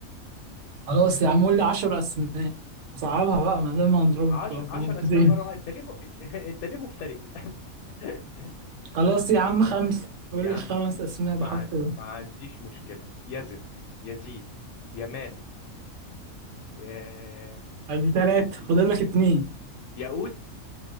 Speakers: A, on the right; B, on the left.
A: خلاص يا عم قول لي 10 اسماء اصعبها بقى ما دام هنضرب
B: عشر,
A: بنقطتين
B: عشر اسماء مرة واحدة انت ليه م... انت, <laughs> انت ليه مفتري كده <laughs>
A: خلاص يا عم خمسة قول
B: يا
A: لي
B: عم
A: خمس اسماء
B: ما,
A: بحرف
B: عن...
A: ال
B: ما عنديش مشكلة يزن يزيد يمال يا...
A: ادي ثلاثة فاضل لك اتنين
B: ياقوت